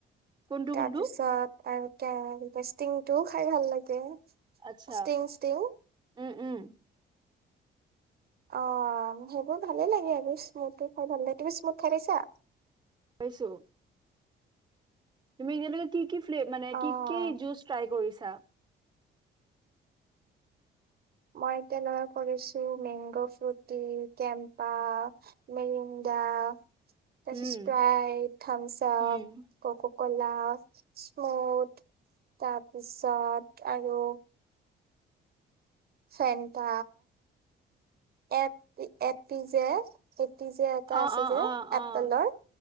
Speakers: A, on the right; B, on the right.
A: কোনটো
B: তাৰপিছত
A: কোনটো?
B: আৰু- ষ্টিং টোও খাই ভাল লাগে।
A: আচ্ছা
B: ষ্টিং ষ্টিং
A: উম উম।
B: অ' সেইবোৰ ভালেই লাগে আৰু স্মুথ খাই ভাল তুমি স্মুথ খাই পাইছা?
A: পাইছোঁ। তুমি যেনেকে কি - কি ফ মে
B: অ',
A: কি কি জুচ ট্ৰাই কৰিছা? আটা <unintelligible>
B: মই এতিয়া লগে কৰিছো মেংগ' ফ্ৰুতি, কেম্পা, মিৰিণ্ডা তাৰপিছত
A: উম।
B: স্প্ৰাইত থামছআপ
A: উম
B: কক কলা স্মুথ তাৰপিছত আৰু ফেনতা। এক এপি যে- যে এটা
A: অ',
B: আছে
A: অ',
B: যে
A: অ',
B: এপেলৰ
A: অ',